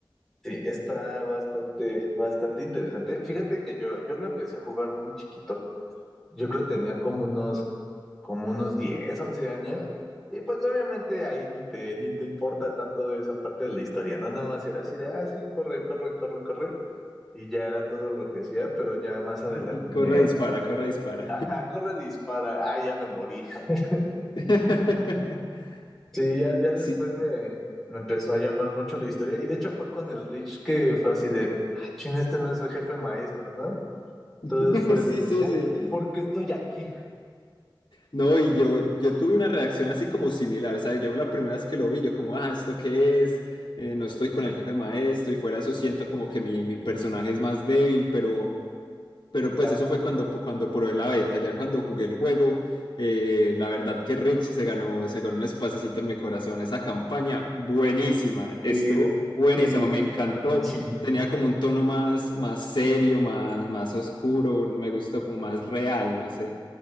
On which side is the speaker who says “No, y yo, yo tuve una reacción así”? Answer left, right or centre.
Left